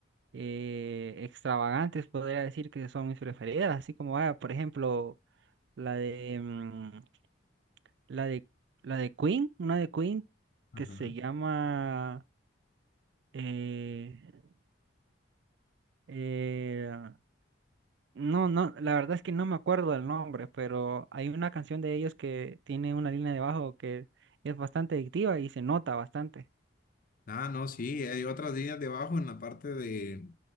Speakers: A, on the right; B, on the left.
A: eh, extravagantes, podría decir que son mis preferidas. Así como, ah, por ejemplo, la de, mm, la de, la de Queen, una de Queen
B: Ajá.
A: que se llama... eh, Eh, no, no, la verdad es que no me acuerdo del nombre, pero hay una canción de ellos que tiene una línea de bajo que es bastante adictiva y se nota bastante.
B: Ah, no, sí, hay otras líneas debajo en la parte de,